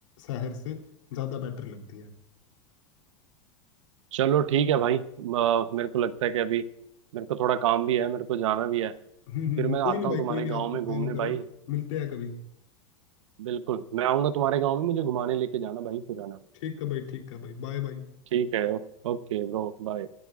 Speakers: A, on the left (about 80°); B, on the right (about 75°).
A: शहर से ज्यादा बेटर लगती है <laughs>
B: चलो ठीक है भाई अ, मेरे को लगता है कि अभी मेरे को थोड़ा काम भी है मेरे को जाना भी है
A: हम्म हम्म,
B: फिर
A: हम्म,
B: मैं
A: कोई
B: आता
A: नहीं भाई
B: हूँ तुम्हारे
A: कोई नहीं
B: गांव
A: आप
B: में घूमने
A: काम करो
B: भाई
A: मिलते हैं कभी
B: बिल्कुल मैं आऊंगा तुम्हारे गांव में मुझे घुमाने लेके जाना भाई फिर है ना
A: ठीक है भाई ठीक है भाई बाय बाय
B: ठीक है Okay bro bye